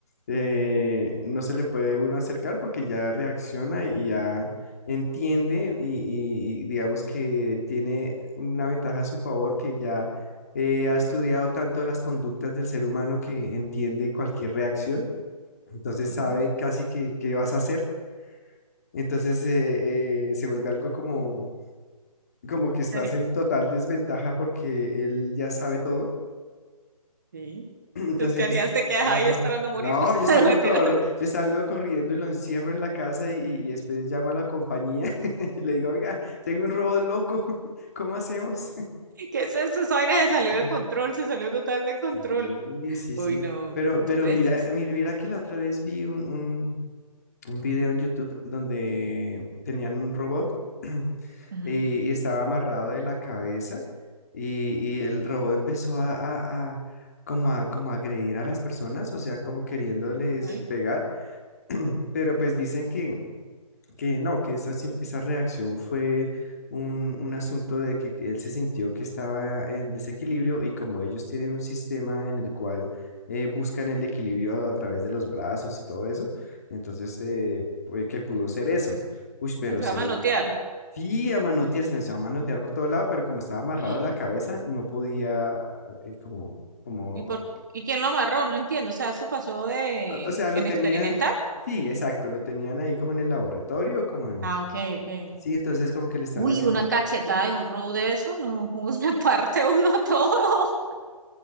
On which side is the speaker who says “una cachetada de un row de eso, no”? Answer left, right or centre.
Right